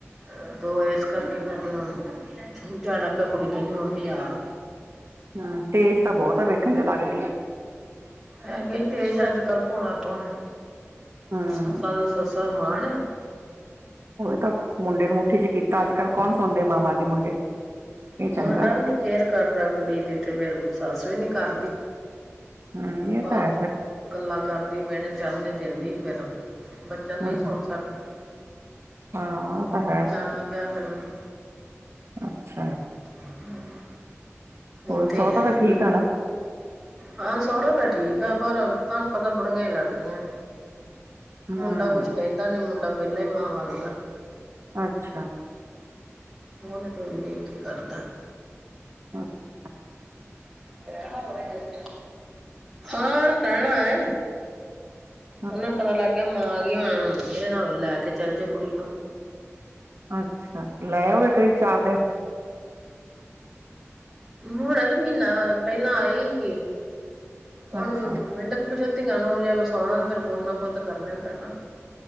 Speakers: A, in the centre; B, on the right.
A: ਅ ਤੋਂ ਇਸ ਕਰਕੇ ਫੇਰ ਮੈਨੂੰ ਜਾਣਾ ਪਿਆ ਕੁੜੀ ਕਹਿੰਦੀ ਮੰਮੀ ਆ।
B: ਹਮ, ਤੇਜ ਤਾਂ ਬਹੁਤ ਆ ਵੇਖਣ ਨੂੰ ਲੱਗਦੀ।
A: ਹੈਗੀ ਤੇਜ ਆ, ਅੱਜ- ਕੱਲ ਭੋਲਾ ਕੋਣ ਆ,
B: ਹੂੰ
A: ਸੱਸਾਂ ਦੇ ਸ ਸ ਮਾਨ।
B: ਉਹੀ ਤਾਂ, ਮੁੰਡੇ ਨੂੰ ਮੁੱਠੀ 'ਚ ਕੀਤਾ, ਅੱਜ -ਕੱਲ ਕੌਣ ਸੌਂਦੇ ਮਾਵਾਂ ਦੇ ਮੁੰਡੇ ਇਹ ਚੰਗਾ
A: ਮੁੰਡਾ ਵੀ ਨੀ ਕੇਅਰ ਕਰਦਾ ਕੁੜੀ ਦੀ, ਤੇ ਫਿਰ ਸੱਸ ਵੀ ਨੀ ਕਰਦੀ।
B: ਹੂੰ ਇਹ
A: ਫਾਲਤੂ,
B: ਤਾਂ ਹੈ ਫਿਰ
A: ਗੱਲਾਂ ਕਰਦੀ ਮੇਣੇ ਤਾਨੇ ਦਿੰਦੀ ਫੇਰ ਬੱਚਾ ਨਹੀਂ
B: ਹੂੰ
A: ਸੁਣ ਸਕਦਾ,
B: ਹਾਂ ਉਹ ਤਾਂ ਹੈ
A: ਜਾਣਾ ਪਿਆ ਫਿਰ ਮੈਂਨੂੰ
B: ਅੱਛਾ
A: ਹਮ,
B: ਹੋਰ
A: ਉੱਥੇ
B: ਸਹੁਰਾ
A: ਈ ਆ ਹਜੇ
B: ਤਾਂ ਠੀਕ
A: ਤਕ
B: ਆ ਨਾ
A: ਹਾਂ ਸੋਹਰਾ ਤਾਂ ਠੀਕ ਐ, ਪਰ ਤੁਹਾਨੂੰ ਪਤਾ ਬੁੜੀਆਂ ਈ ਲੜਦੀਆਂ
B: ਹੂੰ
A: ਮੁੰਡਾ ਕੁਛ ਕਹਿੰਦਾ ਨੀ, ਮੁੰਡਾ ਪਹਿਲਾਂ ਈ ਮਾਂ ਵਲ ਦਾ
B: ਅੱਛਾ
A: ਉਹ ਨੀ ਕੋਈ ਉਨੀ ਇਕੀ ਕਰਦਾ।
B: ਆਂ <unintelligible>
A: ਰਹਿਣਾ ਹੋਰ ਹਜੇ ਉੱਥੇ, ਹਾਂ ਰਹਿਣਾ ਏ।
B: <inaudible>
A: ਉਹਨਾਂ ਨੂੰ ਪਤਾ ਲੱਗ ਗਿਆ ਮਾਂ ਗਈ ਹੁਣ, ਇਹ ਨਾ ਹੋਏ ਲੈ ਕੇ ਚੱਲ ਜੇ ਕੁੜੀ ਨੂੰ
B: ਅੱਛਾ, ਲੈ ਆਵੇ ਕਰੀ ਚਾਰ ਦਿਨ
A: ਹੁਣੇ ਤੇ ਮਹੀਨਾ, ਪਹਿਲਾਂ ਆਈ ਸੀ। ਹੁਣ
B: ਅੱਛਾ
A: ਮਿੰਟ ਕ ਪਿਛੇ ਧੀਆਂ ਨੂੰ ਜੇ ਵਸਾਣਾ ਫੇਰ ਕੁਛ ਨਾ ਕੁਛ ਤਾਂ ਕਰਨਾ ਈ ਪੈਣਾ